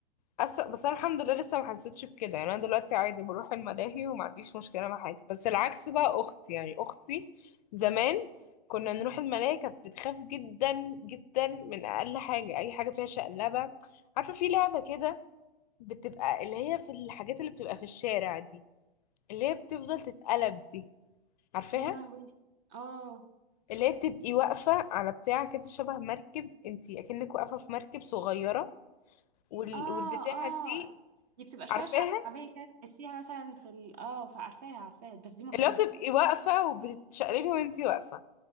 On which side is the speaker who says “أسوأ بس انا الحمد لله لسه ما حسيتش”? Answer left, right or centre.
Left